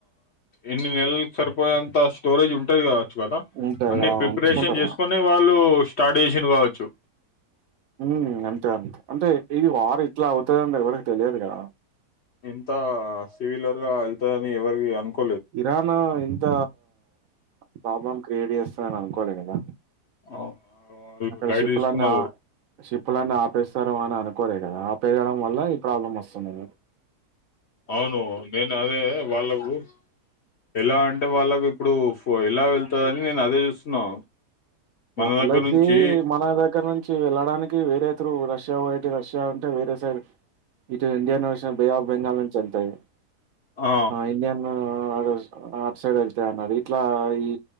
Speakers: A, on the left (about 55°); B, on the right (about 70°).
A: ఎన్ని నెలలకి సరిపోయేంత స్టోరేజ్ ఉంటది కద కదా
B: ఉంటది
A: అన్ని ప్రిపరేషన్
B: ఉంచుకుంటారు
A: చేసుకొని వాళ్ళు స్టార్ట్ చేసిరూ కావచ్చు
B: ఉ అంతే అంతే అంటే ఇది వార్ ఇట్లా అవుతుందని ఎవరికి తెలియదు కదా
A: ఇంత సివిలర్గ వెళ్తాది అని ఎవరిగి అనుకో
B: ఇరాను ఇంత ప్రాబ్లం క్రియేట్ చేస్తందిని అనుకోలే కదా
A: అవును. వాళ్ళు
B: అక్కడ
A: లైట్
B: షిప్పులన్నీ
A: తీసుకున్నారు.
B: ఆ షిప్పులన్నీ ఆపేస్తారు అని అనుకు రే కదా ఆపెయాడం వల్ల ఈ ప్రాబ్లమ్ వస్తుంది
A: అవును నేను అదే వాళ్ళకు ఎలా అంటే వాళ్ళకి ఇప్పుడు ఎలా వెళ్తందిని నేను అదే చూస్తున్నా మన
B: వాళ్ళకి
A: దగ్గర నుంచి
B: మన దగ్గర నుంచి వెళ్ళడానికి వేరే త్రు రష్యా ఓటే రష్యా ఉంటే వేరే సైడ్ ఇటు ఇండియా బే ఆఫ్ బెంగాల్ నుంచి వెళ్తాది
A: ఆ
B: ఇడియన్ అద అఫ సైడ్ వెళ్తే అన్నారు ఇట్లా ఈ